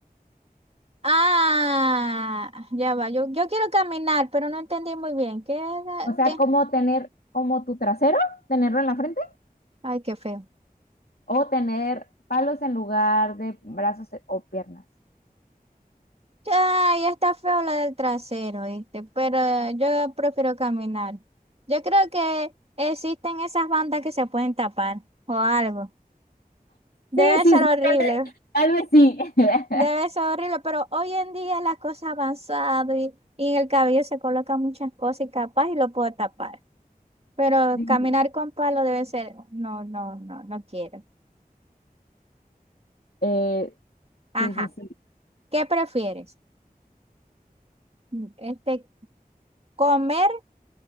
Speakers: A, on the right (about 40°); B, on the left (about 75°).
A: Ah, ya va. Yo, yo quiero caminar, pero no entendí muy bien. Quédate.
B: O sea, como tener como tu trasero, tenerlo en la frente
A: Ay, qué feo.
B: o tener palos en lugar de brazos e- o piernas.
A: Ay, está feo la del trasero, ¿viste? Pero eh, yo prefiero caminar. Yo creo que existen esas bandas que se pueden tapar o algo. Debe
B: Sí, sí,
A: ser
B: sí,
A: horrible.
B: tal vez, tal vez sí. <laughs>
A: Debe ser horrible, pero hoy en día las cosas han avanzado y, y en el cabello se colocan muchas cosas y capaz y lo puedo tapar. Pero
B: Sí.
A: caminar con palo debe ser, no, no, no, no quiero.
B: Eh,
A: Ajá.
B: sí, sí, sí,
A: ¿Qué prefieres? Mm, Este, comer